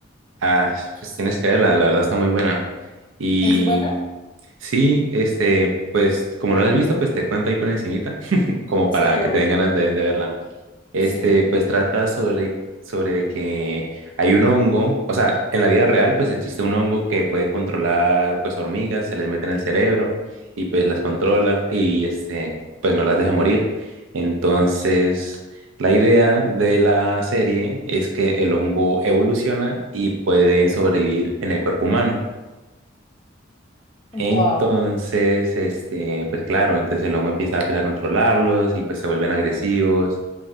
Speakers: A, on the right (about 85°); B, on the left (about 25°).
A: Ah, pues tienes que verla, la verdad está muy buena. Y
B: ¿Es buena?
A: sí, este, pues como no la has visto, pues te cuento ahí por encimita, <laughs> como
B: Sí,
A: para
B: de
A: que te
B: uno,
A: den ganas de de verla. Este,
B: sí.
A: pues trata sobre, sobre de que hay un hongo, o sea, en la vida real, pues existe un hongo que puede controlar, pues, hormigas, se les mete en el cerebro y pues las controla y, este, pues no las deja morir. Entonces, la idea de la serie es que el hongo evoluciona y puede sobrevivir en el cuerpo humano.
B: Wow,
A: Entonces, este, pues claro, entonces el hongo empieza pues, a controlarlos y pues se vuelven agresivos.